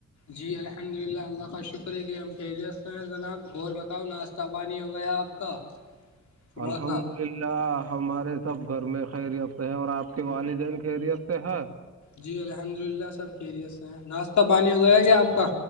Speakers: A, on the left; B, on the right.
A: جی الحمد للہ اللہ کا شکر ہے کہ ہم خیریت سے ہیں جناب اور بتاؤ ناش تبا نہیں ہو گیا آپ کا صبح
B: الحمد
A: کا
B: للہ الحمدلہ ہمارے سب گھر میں خیریت سے ہے اور آپ کے والدین خیریت سے ہے
A: جی الحمد للہ سب کییریت سے ہیں ناشتہ پانی ہو گیا کیا آپ کا